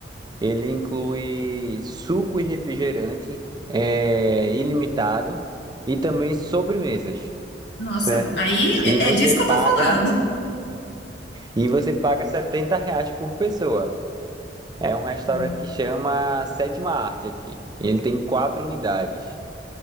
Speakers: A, on the right; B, on the left.
A: ele inclui suco e refrigerante é, ilimitado e também sobremesas,
B: Nossa,
A: certo?
B: aí
A: E você
B: é, é disso que
A: paga
B: eu tô falando.
A: e você paga 70 reais por pessoa. É um restaurante
B: Uhum.
A: que chama Sétima Arte aqui. Ele tem quatro unidades.